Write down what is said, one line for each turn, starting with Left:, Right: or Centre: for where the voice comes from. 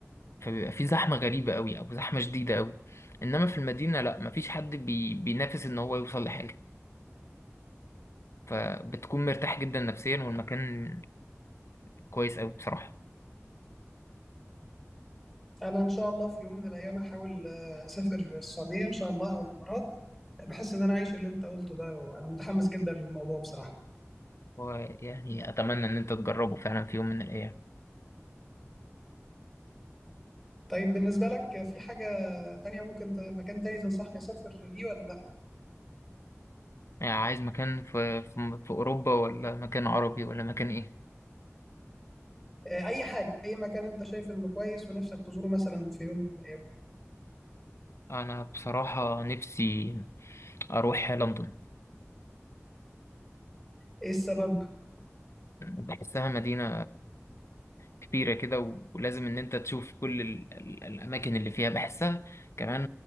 Left: فبيبقى في زحمة غريبة أوي أو زحمة شديدة أوي إنما في المدينة لأ مفيش حد بي... بينافس إن هو يوصل لحاجة فبتكون مرتاح جدا نفسيا والمكان كويس أوي بصراحة
Centre: انا ان شاء الله في يوم من الايام هحاول آه، اسافر السعوديه ان شاء الله او الامارات بحس ان انا عايش اللي انت قلته ده وانا متحمس جدا للموضوع بصراحه
Left: ويعني أتمنى إن أنت تجربه فعلا في يوم من الأيام
Centre: طيب بالنسبه لك آه، في حاجه تانية ممكن ت... مكان تاني تنصحني اسافر ليه ولا لا
Left: يعني عايز مكان في في في أوروبا ولا مكان عربي ولا مكان إيه؟
Centre: آه، اي حاجه اي مكان انت شايف انه كويس ونفسك تزوره مثلا في يوم من الايام
Left: أنا بصراحة نفسي أروح لندن
Centre: ايه السبب
Left: بحسها مدينة كبيرة كده و- ولازم إن أنت تشوف كل ال ال الأماكن اللي فيها بحسها كمان